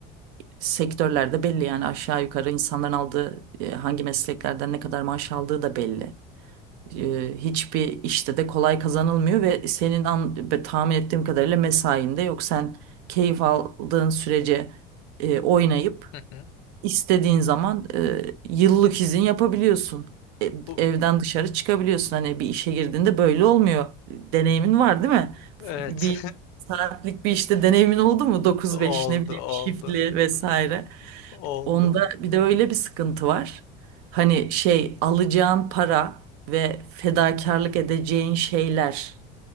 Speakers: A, on the right; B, on the left.
A: sektörlerde belli yani aşağı yukarı insanların aldığı e, hangi mesleklerden ne kadar maaş aldığı da belli. E, Hiçbir işte de kolay kazanılmıyor ve senin an, be- tahmin ettiğim kadarıyla mesain de yok. Sen keyif aldığın sürece e, oynayıp
B: hı hı.
A: İstediğin zaman e, yıllık izin yapabiliyorsun. E,
B: Bu
A: evden dışarı çıkabiliyorsun. Hani bir işe girdiğinde böyle olmuyor. Deneyimin var değil mi? F-
B: evet
A: Bir saatlik bir işte deneyimin oldu mu? 9-5
B: <laughs> oldu
A: ne bileyim
B: oldu
A: shiftli vesaire.
B: oldu.
A: Onda bir de öyle bir sıkıntı var. Hani şey alacağın para ve fedakarlık edeceğin şeyler